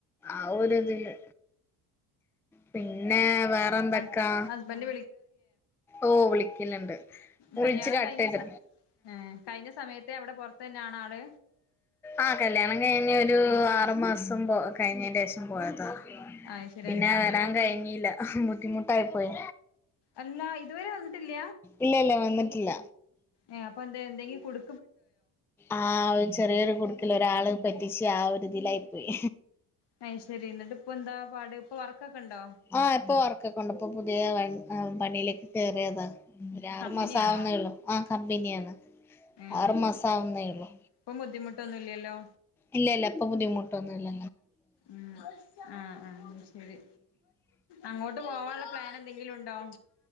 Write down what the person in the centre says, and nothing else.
ആഒരിതില് പിന്നെ വേറെ എന്തൊക്കാ
ഓ വിളിക്കലുണ്ട്
വിളിച്ച് കട്ട്
ചെയ്ത്
ആഹ് കല്യാണം കഴിഞ്ഞ് ഒരു ആറു മാസം പോ കഴിഞ്ഞന്റെ ശേഷം പോയതാ
പിന്നെ
വരാൻ
കഴിഞ്ഞില്ല ബുദ്ധിമുട്ടായി പോയി
ഇല്ല ഇല്ല വന്നിട്ടില്ല
ആഹ് ചെറിയൊരു കുടുക്കൽ ഒരാള് പറ്റിച്ച് ആ ഒരിതിലായി പോയി
ആ ഇപ്പൊ വർക്കൊക്കെണ്ട് ഇപ്പൊ പുതിയ വയ് ആഹ് പണിയിലേക്ക് കേയറിയതാ ഒരൂ ആറു
മാസം ആവുന്നേള്ളു ആ കമ്പനിയാണ്
ആറ് മാസ ആവുന്നേള്ളു
ഇല്ല ഇല്ല ഇപ്പൊ ബുദ്ധിമുട്ടൊന്നു ഇല്ല